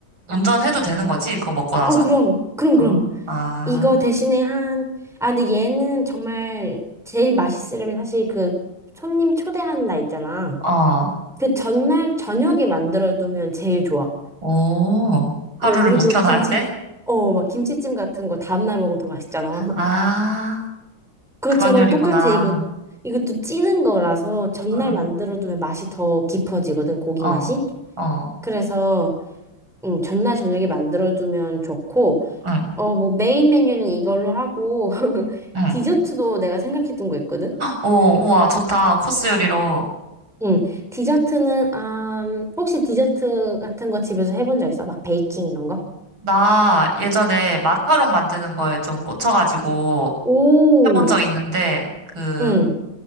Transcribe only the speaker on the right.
운전해도 되는 거지? 그거 먹고 나서.
아,
아,
어,
오, 하루를
묵혀놔야
돼?
아,
그런 요리구나.
아,
어,
어,
응,
응.
오, 우와, 좋다. 코스 요리로.
나 예전에 마카롱 만드는 거에 좀 꽂혀가지고
해본 적 있는데 그